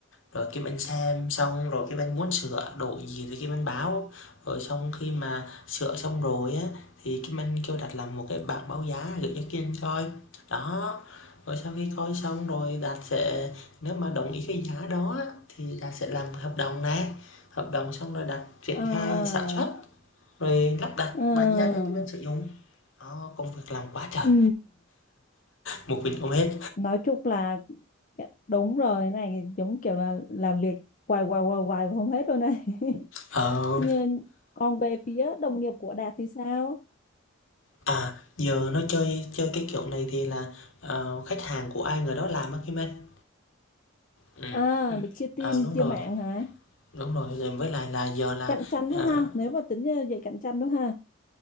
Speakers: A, on the left; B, on the left.
A: rồi Kim Anh xem xong rồi Kim Anh muốn sửa đổi gì thì Kim Anh báo rồi xong khi mà sửa xong rồi á thì Kim Anh kêu Đạt làm một cái bảng báo giá gửi cho Kim Anh coi đó rồi sau khi coi xong rồi Đạt sẽ nếu mà đồng ý cái giá đó thì Đạt sẽ làm hợp đồng nè hợp đồng xong rồi Đạt triển
B: à,
A: khai sản xuất rồi lắp đặt
B: à,
A: bàn giao cho Kim Anh sử dụng đó công việc làm quá trời
B: ừ.
A: một mình ôm hết
B: Nói chung là dạ, đúng rồi cái này giống kiểu là làm việc hoài hoài hoài hoài mà không hết rồi này. <laughs>
A: ờ
B: Nhưng còn về phía đồng nghiệp của Đạt thì sao?
A: À, giờ nó chơi chơi cái kiểu này thì là ờ, khách hàng của ai người đó làm á Kim Anh. Ừ,
B: À, được chia team,
A: à, đúng
B: chia
A: rồi,
B: mạng hả?
A: đúng rồi. Rồi với lại là giờ là
B: Cạnh tranh
A: ờ,
B: quá ha, nếu mà tính ờ, vậy cạnh tranh đó ha.